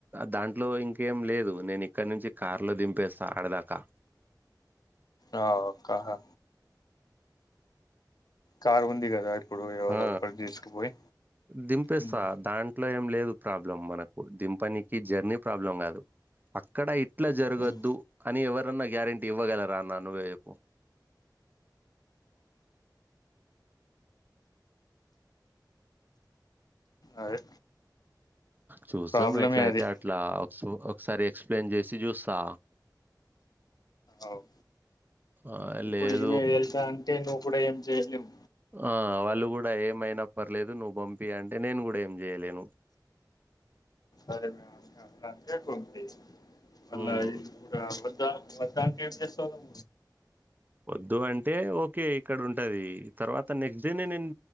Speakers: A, on the right; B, on the left.
A: దాంట్లో ఇంకేం లేదు నేను ఇక్కడ నుంచి కార్ లో దింపేస్తా ఆడదాకా
B: అ ఓకహా కారు ఉంది కదా ఇప్పుడు ఎవరో
A: ఆ
B: ఒకరు తీసుకుపోయి
A: దింపేస్తా
B: ఉమ్,
A: దాంట్లో ఏం లేదు ప్రాబ్లం మనకు దింపనికి జర్నీ ప్రాబ్లం కాదు అక్కడ ఇట్లా జరగొద్దు
B: ఉమ్,
A: అని ఎవరన్నా గ్యారంటీ ఇవ్వగలరాన్నా నువ్వే చెప్పు
B: అదే
A: చూస్తాం
B: ప్రాబ్లమే
A: ఎట్లయితే
B: అది
A: అట్లా సో ఒకసారి ఎక్స్ప్లెయిన్ చేసి చూస్తా
B: అవు
A: ఆ
B: ఇప్పుడు
A: లేదు
B: ఈమె వెళ్తా అంటే నువ్వు కూడా ఏం చెయలేవు
A: ఆ వాళ్ళు కూడా ఏమైనా పర్లేదు నువ్వు పంపి అంటే నేను కూడా ఏం చేయలేను
B: అరే మే కకుంది అళ్లా
A: ఉమ్
B: ఇ అపద చేసే వాళ్ళం
A: వద్దు అంటే ఓకే ఇక్కడ ఉంటది తర్వాత నెక్స్ట్ డేనే నేను